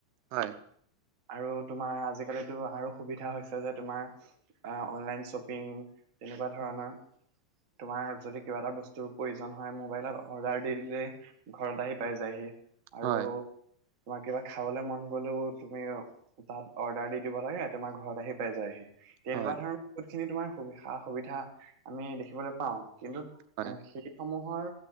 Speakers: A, on the right; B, on the right.
A: হয়।
B: আৰু তোমাৰ আজিকালিতো আৰু সুবিধা হৈছে যে তোমাৰ অনলাইন শ্বপিং <unintelligible> তেনেকুৱা ধৰণৰ তোমাৰ যদি কিবা এটা বস্তু প্ৰয়োজন হয় মোবাইলত অৰ্ডাৰ দি দিলেই ঘৰত আহি পাই যায়হি। আৰু
A: হয়
B: তোমাৰ কিবা খাবলৈ মন গলেও তুমি তাত অৰ্ডাৰ দি দিব লাগে তোমাৰ ঘৰত আহি পাই যায়হি <unintelligible> তেনেকুৱা
A: হয়
B: ধৰণৰ বহুত খিনি তোমাৰ সুবিধা সা সুবিধা আমি দেখিবলৈ পাওঁ <unintelligible> কিন্তু
A: হয়
B: এ সেইসমূহ হৰ